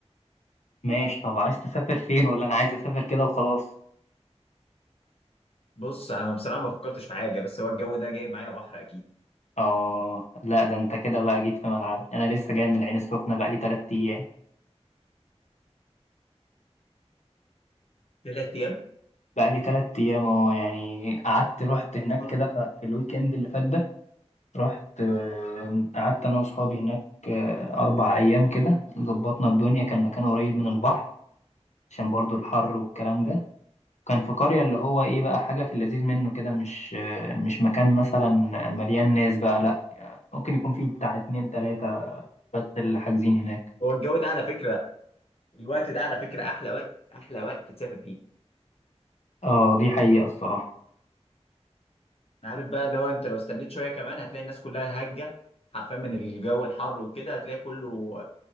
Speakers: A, on the left (about 85°); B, on the left (about 60°).
A: ماشي طب عايز تسافر فين ولا انا عايز اسافر كده وخلاص
B: بص انا بصراحه ما فكرتش في حاجه بس هو الجو ده جايب معايا بحر اكيد
A: اه لا ده انت كده بقى جيت في ملعبي انا لسه جاي من العين السخنه بقى لي 3 ايام
B: ثلاث ايام
A: بقى لي 3 ايام اه يعني قعدت رحت هناك
B: <laughs>
A: كده في الويك اند اللي فات ده رحت آه، قعدت انا واصحابي هناك آه، اربع ايام كده ظبطنا الدنيا كان مكان قريب من البحر عشان برضو الحر والكلام ده كان في قرية اللي هو ايه بقى حاجة في اللذيذ منه كده مش مش مكان مثلا مليان ناس بقى لا ممكن يكون فيه بتاع اتنين تلاتة بس اللي حاجزين هناك
B: هو الجو ده على فكره الوقت ده على فكره احلى وقت احلى وقت تسافر فيه
A: اه دي حقيقة الصراحة
B: عارف بقى اللي هو انت لو استنيت شويه كمان هتلاقي الناس كلها هجه حرفيا من الجو الحر وكده هتلاقي كله